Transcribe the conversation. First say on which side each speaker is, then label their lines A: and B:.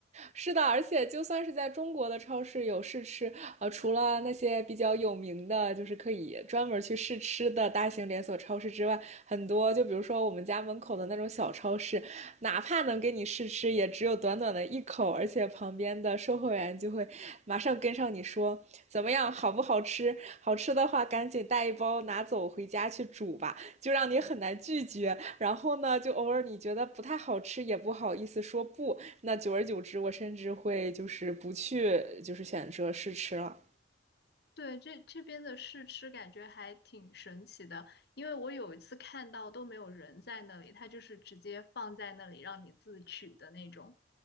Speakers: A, on the right; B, on the left.
A: 是的，而且就算是在中国的超市有试吃，呃，除了那些比较有名的，就是可以专门去试吃的大型连锁超市之外，很多就比如说我们家门口的那种小超市，哪怕能给你试吃，也只有短短的一口，而且旁边的售货员就。就会马上跟上你说怎么样，好不好吃？好吃的话，赶紧带一包拿走回家去煮吧，就让你很难拒绝。然后呢，就偶尔你觉得不太好吃，也不好意思说不。那久而久之，我甚至会就是不去，就是选择试吃了。
B: 对，这这边的试吃感觉还挺神奇的，因为我有一次看到都没有人在那里，他就是直接放在那里让你自取的那种，